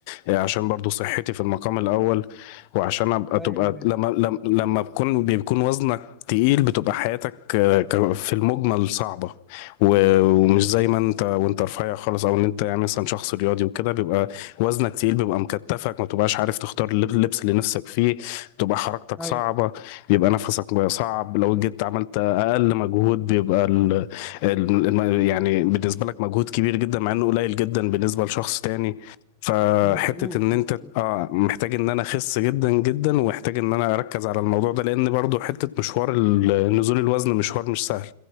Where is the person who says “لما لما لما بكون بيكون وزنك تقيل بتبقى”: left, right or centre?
Left